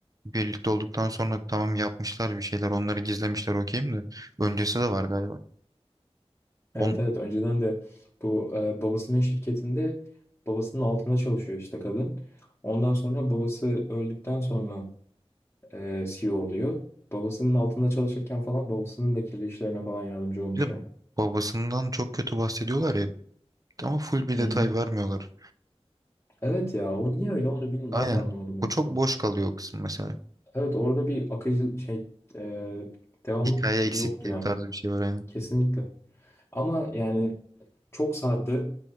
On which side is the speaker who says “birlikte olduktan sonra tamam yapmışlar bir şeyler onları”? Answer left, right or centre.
Right